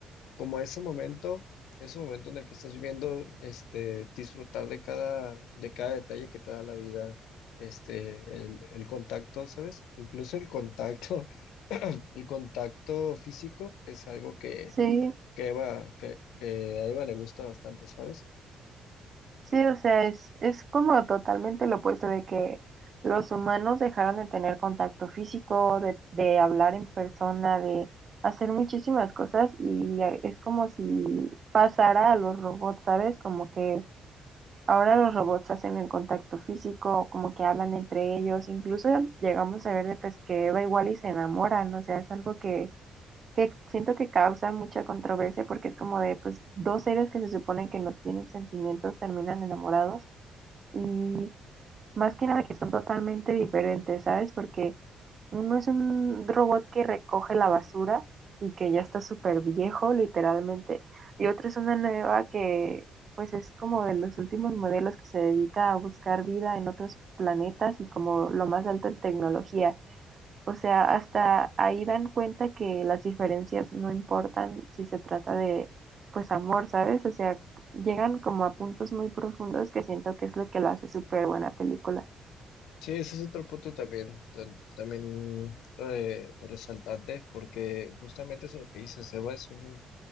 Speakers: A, on the left; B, on the right.
A: como ese momento, ese momento en el que estás viviendo, este, disfrutar de cada, de cada detalle que te da la vida, este, el, el contacto, ¿sabes? Incluso el contacto, <clears throat> el contacto físico es algo que,
B: Sí,
A: que Eva, que, que a Eva le gusta bastante, ¿sabes?
B: sí, o sea, es, es como totalmente lo opuesto de que los humanos dejaron de tener contacto físico, de, de hablar en persona, de hacer muchísimas cosas y eh, es como si pasara a los robots, ¿sabes? Como que Ahora los robots hacen el contacto físico, como que hablan entre ellos, incluso llegamos a ver de, pues que Eva igual y se enamoran, o sea, es algo que, que siento que causa mucha controversia porque es como de pues dos seres que se suponen que no tienen sentimientos terminan enamorados y más que nada que son totalmente diferentes, ¿sabes? Porque uno es un robot que recoge la basura y que ya está súper viejo, literalmente. Y otro es una nueva que, pues, es como de los últimos modelos que se dedica a buscar vida en otros planetas y como lo más alto en tecnología. O sea, hasta ahí dan cuenta que las diferencias no importan si se trata de, pues, amor, ¿sabes? O sea, llegan como a puntos muy profundos que siento que es lo que lo hace súper buena película.
A: Sí, ese es otro punto también, tam- también eh, resaltante, porque justamente es lo que dices, Eva es un